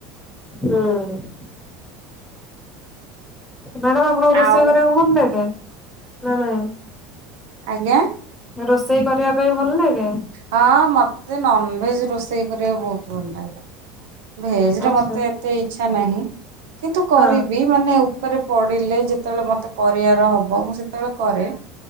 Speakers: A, in the centre; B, on the right (about 80°).
A: ହୁଁ। ମାଡ୍ୟାମ ଆପଣଙ୍କୁ ରୋଷେଇ
B: ଆଉ
A: କରିବାକୁ ଭଲ ଲାଗେ ନା ନାଇ?
B: ଆଜ୍ଞା।
A: ରୋଷେଇ କରିବା ପାଇଁ ଭଲ ଲାଗେ?
B: ହଁ ମତେ ନନ ଭେଜ ରୋଷେଇ କରିବାକୁ ବହୁତ ଭଲ ଲାଗେ। ଭେଜରେ
A: ଆଚ୍ଛା
B: ମତେ ଏତେ ଇଚ୍ଛା ନାହିଁ କିନ୍ତୁ କରିବି।
A: ହଁ
B: ମାନେ ଉପରେ ପଡିଲେ ଯେତେବେଳେ ମତେ କରିବାର ହବ ମୁଁ ସେତେବେଳେ କରେ।